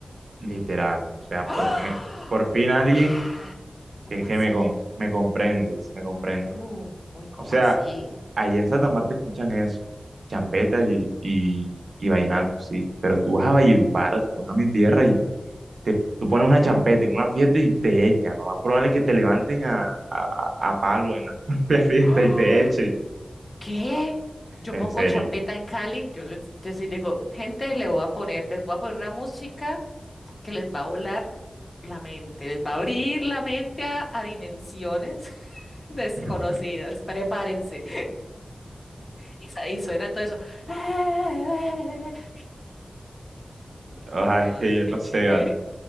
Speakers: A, on the right; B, on the left.
A: literal, o sea,
B: ¡Ah!
A: por fin, por fin alguien
B: Ah, ¿Cómo
A: que, que
B: así?
A: me, com- me comprendes, me comprende.
B: Uh, uy, ¿cómo
A: O sea,
B: así?
A: ahí en Santa Marta escuchan eso, champeta y, y, y vallenato, sí, pero tú vas a Valledupar, tú vas a mi tierra y te, tú pones una champeta en una fiesta y te echan, lo más probable es que te levanten a, a, a palo en la <laughs> propia fiesta
B: <gasps>
A: y te echen,
B: ¿Qué? Yo
A: en
B: pongo
A: serio.
B: champeta en Cali, yo les, yo sí digo, gente, le voy a poner, les voy a poner una música que les va a volar la mente, les va a abrir la mente a, a dimensiones <laughs> desconocidas,
A: <laughs>
B: prepárense. Y, sa- y suena todo eso. <laughs>
A: Ay,
B: Ay,
A: es que yo
B: qué
A: no sé,
B: chévere.
A: vale.